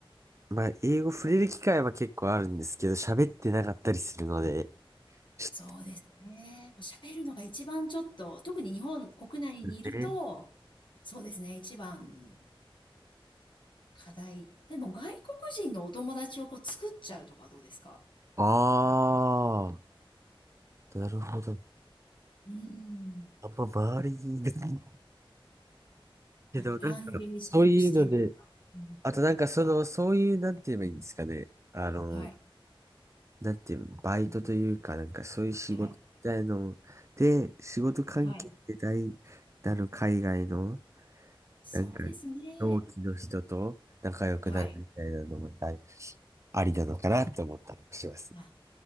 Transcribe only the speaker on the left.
そうですね。喋るのが一番ちょっと、特に日本国内にいると、
そうですね、一番課題。でも外国人のお友達をこう作っちゃうとかどうですか
うん。
なんかランゲージエクスチェンジとか。
うん
はい。
はい。
はい。
そうですね。
はい。
まあ、